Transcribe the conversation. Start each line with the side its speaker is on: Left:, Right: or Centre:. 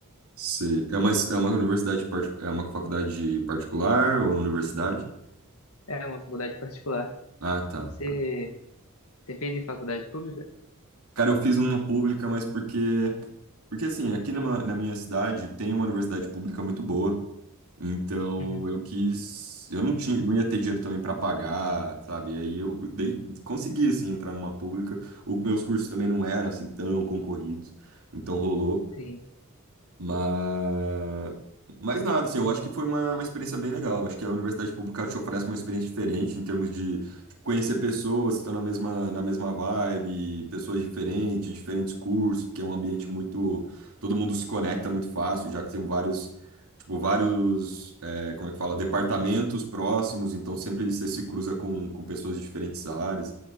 Right: Sei. É uma, é uma universidade, partic- é uma faculdade particular ou universidade?
Left: É uma faculdade particular.
Right: Ah, tá.
Left: Você Você fez em faculdade pública?
Right: Cara, eu fiz uma pública, mas porque. Porque assim, aqui numa- na minha cidade tem uma universidade pública muito boa. Então
Left: Uhum,
Right: eu quis. Eu não tinha, não ia ter dinheiro também para pagar, sabe? E aí eu dei, consegui, assim, entrar numa pública. O, meus cursos também não eram, assim, tão concorridos. Então rolou.
Left: Sim,
Right: Mas, mas nada, assim, eu acho que foi uma, uma experiência bem legal. Acho que a universidade pública te oferece uma experiência diferente em termos de tipo, conhecer pessoas que estão na mesma, na mesma vibe, pessoas diferentes, diferentes cursos, porque é um ambiente muito. Todo mundo se conecta muito fácil, já que tem vários tipo, vários, é, como é que fala, departamentos próximos, então sempre você se cruza com, com pessoas de diferentes áreas.